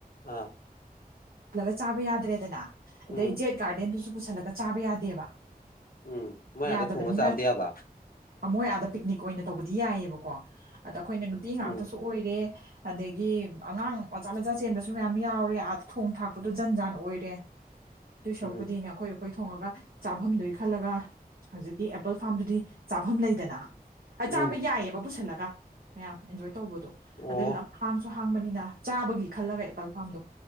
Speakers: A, on the left; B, on the right.
A: ꯑꯥ
B: ꯄꯨꯜꯂꯒ ꯆꯥꯕ ꯌꯥꯗ꯭ꯔꯦꯗꯅ ꯑꯗꯩ
A: ꯎꯝ
B: ꯖꯦꯠ ꯒꯥꯔꯗꯦꯟꯗꯨꯁꯨ ꯄꯨꯁꯤꯜꯂꯒ ꯆꯥꯕ ꯌꯥꯗꯦꯕ
A: ꯎꯝ ꯃꯣꯏ
B: ꯌꯥꯗꯕꯅꯤꯅ
A: ꯑꯥꯗ ꯊꯣꯡꯉ ꯆꯥꯕꯗꯤ ꯌꯥꯕ
B: ꯑꯃꯣꯏ ꯑꯥꯗ ꯄꯤꯛꯅꯤꯛ ꯑꯣꯏꯅ ꯇꯧꯕꯗꯤ ꯌꯥꯏꯌꯦꯕ ꯀꯣ ꯑꯗ ꯑꯩꯈꯣꯏꯅ ꯅꯨꯄꯤ ꯉꯥꯛꯇꯁꯨ
A: ꯎꯝ
B: ꯑꯣꯏꯔꯦ ꯑꯗꯒꯤ ꯑꯉꯥꯡ ꯃꯆꯥ ꯃꯆꯥ ꯆꯦꯟꯕꯁꯨ ꯃꯌꯥꯝ ꯌꯥꯎꯔꯦ ꯊꯣꯡ ꯊꯥꯛꯄꯗꯣ ꯖꯟ ꯖꯥꯟ ꯑꯣꯏꯔꯦ ꯑꯗꯨꯏ ꯁꯔꯨꯛꯄꯨꯗꯤꯅꯦ
A: ꯎꯝ
B: ꯑꯩꯈꯣꯏ ꯑꯩꯈꯣꯏ ꯊꯣꯡꯉꯒ ꯆꯥꯐꯝꯗꯨꯒꯤ ꯈꯜꯂꯒ ꯍꯧꯖꯤꯛꯀꯤ ꯑꯦꯄꯜ ꯐꯥꯔꯝꯗꯨꯗꯤ ꯆꯥꯐꯝ ꯂꯩꯗꯅ ꯆꯥꯕ
A: ꯎꯝ
B: ꯌꯥꯏꯌꯦꯕ ꯄꯨꯁꯜꯂꯒ ꯃꯌꯥꯝ ꯑꯦꯟꯖꯣꯏ ꯇꯧꯕꯗꯣ
A: ꯑꯣ
B: ꯑꯗ ꯂꯝ ꯍꯥꯡ ꯁꯨ ꯍꯥꯡꯕꯅꯤꯅ ꯆꯥꯕꯒꯤ ꯈꯜꯂꯒ ꯑꯦꯄꯜ ꯐꯥꯔꯝꯗꯣ